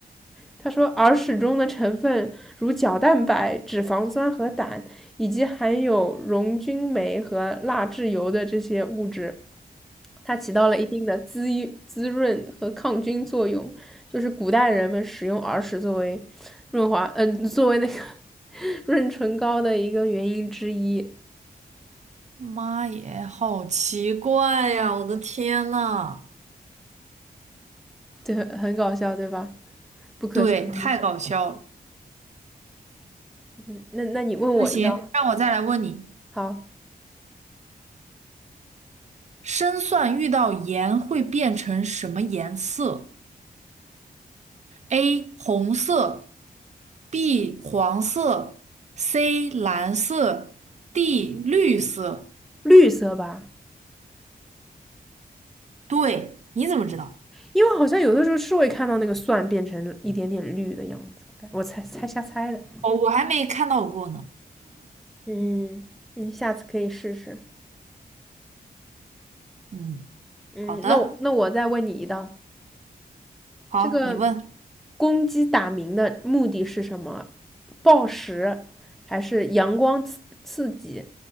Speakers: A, in the centre; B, on the right.
A: 他说，耳屎中的成分如角蛋白、脂肪酸和胆，以及含有溶菌酶和蜡质油的这些物质，它起到了一定的滋滋润和抗菌作用。就是古代人们使用耳屎作为润滑，嗯、呃作为那个 <laughs> 润唇膏的一个原因之一。
B: 妈耶，好奇怪呀！我的天呐，
A: 对，很搞笑，对吧？不可思议。
B: 对，太搞笑了。
A: 嗯那那你问我一道，
B: 那行，让我再来问你，
A: 好，
B: 生蒜遇到盐会变成什么颜色？A. 红色 B 黄色，C 蓝色，D 绿色。
A: 绿色吧？
B: 对，你怎么知道？
A: 因为好像有的时候是会看到那个蒜变成一点点绿的样子，我猜猜瞎猜的。
B: 哦，我还没看到过呢。
A: 嗯，你下次可以试试。
B: 嗯，
A: 嗯，
B: 好的，
A: 那我那我再问你一道，
B: 好，
A: 这个
B: 你问
A: 公鸡打鸣的目的是什么？报时，还是阳光刺刺激，